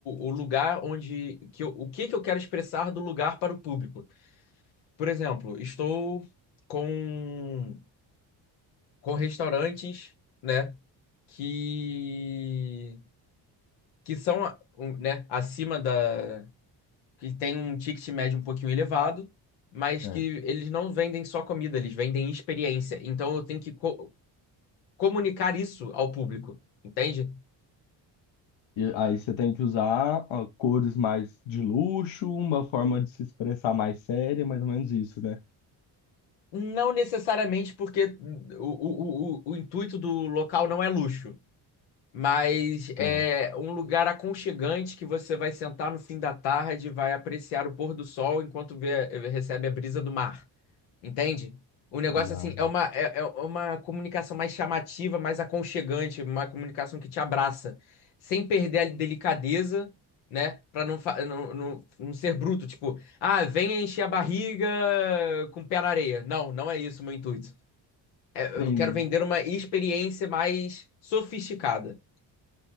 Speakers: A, on the left; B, on the left.
A: o, o lugar onde que eu- o que que eu quero expressar do lugar para o público. Por exemplo, estou com com restaurantes, né, que que são, a- um, né, acima da que tem um ticket médio um pouquinho elevado, mas
B: É.
A: que eles não vendem só comida, eles vendem experiência. Então eu tenho que co- comunicar isso ao público, entende?
B: E aí você tem que usar ó, cores mais de luxo, uma forma de se expressar mais séria, mais ou menos isso, né?
A: Não necessariamente porque o, o, o, o intuito do local não é luxo, mas
B: Certo,
A: é um lugar aconchegante que você vai sentar no fim da tarde, vai apreciar o pôr do sol enquanto vê- recebe a brisa do mar. Entende? O negócio,
B: legal.
A: assim, é uma, é, é uma comunicação mais chamativa, mais aconchegante, uma comunicação que te abraça, sem perder a delicadeza, né? Pra não, fa- não, não, não ser bruto, tipo, ah, venha encher a barriga com o pé na areia. Não, não é isso o meu intuito. É,
B: Entendi.
A: eu quero vender uma experiência mais sofisticada.